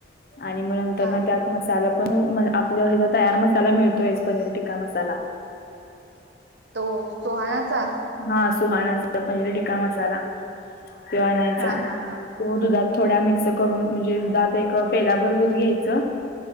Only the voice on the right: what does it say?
हा
तो सोहानाचा.
हा हा हा